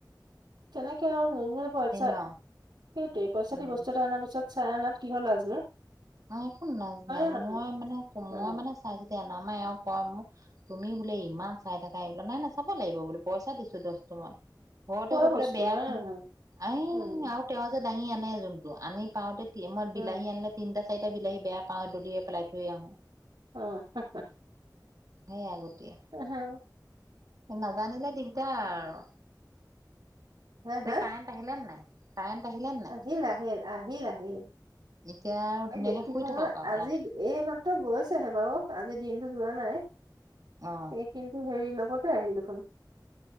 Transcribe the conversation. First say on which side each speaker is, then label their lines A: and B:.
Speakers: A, on the right; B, on the right.
A: তেনেকে আৰু মোৰ ম পইচা স
B: ন।
A: পইচা
B: উম
A: দি বস্তু এটা অনাৰ পিছত চায় নাত কিহৰ লাজনো
B: মই একো নাজানাই
A: হয় নে নহয়?
B: মই মানে
A: অ'
B: মই মানে চাই যেতিয়া নামাই আও। কয় মোক তুমি বোলে ইমান চাই থাকা এই বিলাক নাই নাই চাব লাগিব বোলো পইচা দিছো দচটো মত। ঘতে
A: খোৱা
B: ক পৰা
A: বস্তু
B: বেয়াখান
A: হয় নে নহয়?
B: আ
A: উম,
B: আ তেওঁটঙ য <unintelligible> দাঙি আনে যোনটো আনি পাওঁতে সি মই
A: উম,
B: বিলাহী আনিলে তিনিটা। চাৰিটা বিলাহী বেয়া পাওঁ দলিয়াই পেলাই থৈ আহোঁ।
A: অহ হুহ
B: সেইয়া গতিকে
A: অহ‌ এহু।
B: নাজানিলে দিগদাৰ আৰু।
A: হা হা
B: যে কাৰেণ্ট আহিলে নাই কাৰেণ্ট আহিলে নাই।
A: আহিল আহিল আহিল।
B: এতিয়া আৰু ধুনীয়াকে
A: এই বেছি
B: শুই
A: সময়
B: থাকক আৰু
A: আজি
B: ৰাতি
A: এই মাত্ৰ গৈছেহে বাও আজি দিনতো যোৱা নাই। এই
B: অ
A: কিন্তু হেৰি লগতে আহিল দেখোন।